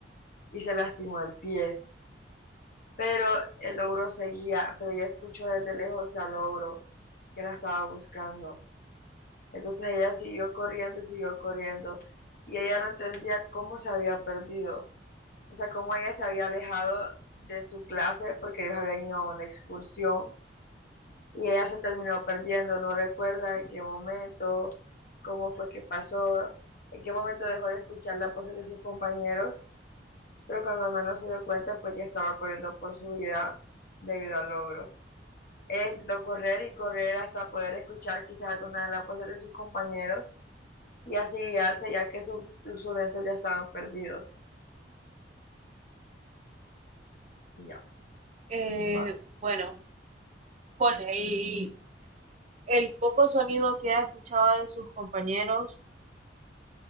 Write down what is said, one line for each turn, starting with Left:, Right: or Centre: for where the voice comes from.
Left: y se lastimó el pie. Pero el ogro seguía, pero ella escuchó desde lejos al ogro que la estaba buscando. Entonces ella siguió corriendo y siguió corriendo y ella no entendía cómo se había perdido, o sea, cómo ella se había alejado de su clase porque ellos habían ido a una excursión y ella se terminó perdiendo, no recuerda en qué momento, cómo fue que pasó, en qué momento dejó de escuchar las voces de sus compañeros Pero cuando menos se dio cuenta, pues ya estaba corriendo por su vida debido al logro. Ella intentó correr y correr hasta poder escuchar quizás alguna de las voces de sus compañeros y así guiarse, ya que su- sus lentes ya estaban perdidos. Y Ya,
Right: Eh,
Left: más.
Right: bueno, con el, el poco sonido que ella escuchaba de sus compañeros,